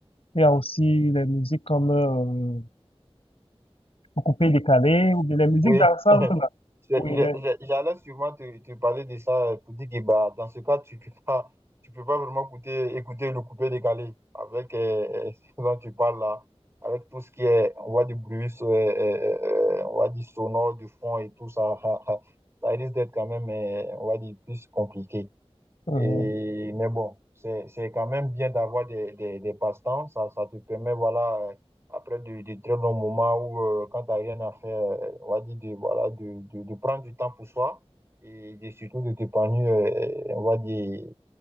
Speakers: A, on the left (about 65°); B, on the right (about 25°).
A: il y a aussi les musiques comme euh, coupé, décalé, ou bien les musiques
B: Oui.
A: dansantes, là,
B: C'est-
A: où il
B: j'ai-
A: est.
B: j'ai- J'allais sûrement te, te parler de ça euh, pour dire que bah, dans ce cas, tu peux pas, tu peux pas vraiment écouter, écouter le coupé décalé avec euh, euh, <laughs> ce dont tu parles là, avec tout ce qui est, on voit du bruit, euh, euh, euh, on voit du sonore, du fond et tout ça. <laughs> Ça risque d'être quand même, euh, on va dire, plus compliqué.
A: euh,
B: Et, mais bon, c'est, c'est quand même bien d'avoir des, des, des passe-temps. Ça, ça te permet, voilà, euh, après de, de très longs moments où, euh, quand tu rien à faire, euh, on va dire de, voilà, de, de, de prendre du temps pour soi et de- surtout de t'épanouir, euh, on va dire,